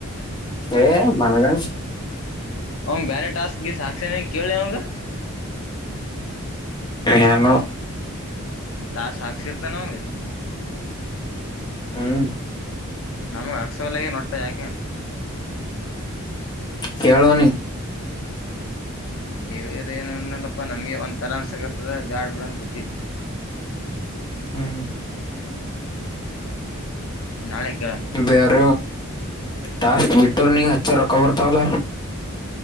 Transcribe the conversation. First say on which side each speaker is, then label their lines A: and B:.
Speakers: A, on the left; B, on the left.
A: ಏ ಮನಗನ್
B: ಅವಂಗ ಬೇರೆ ಟಾಸ್ಕ್ ಗೀಸ್ ಹಾಕ್ಸನ ಕೇಳಿ ಅವಂಗ
A: ಏನು
B: ಯಾರ್ ಸಾಕ್ಷಿ ಇರತನ ಆವಾ
A: ಹ್ಮ್
B: ನಮಗೆ ಅಕ್ಸಲಗೆ ನ ಒಟ್ಟ ಯಾಕೆ
A: ಕೇಳೋನೀ
B: ಕೇಳಿರ ಏನಂದಲ್ಲಪ್ಪಾ ನಮ್ಗೆ ಒಂದ್ ತರಾನ್ಸಗತ್ತದ ಬ್ಯಾಡ್ ಬಿಡು ಅಂತ ಬಿಟ್ಟಿ
A: ಹ್ಮ್
B: ನಾಳೆ ಕೇಳಣ
A: ಬಾರ ಟಾಸ್ಕ್ ಬಿಟರ್ನಿಂಗ್ ಅಷ್ಟೇ ರೊಕ್ಕ ಬರ್ತಾವಲ್ಲ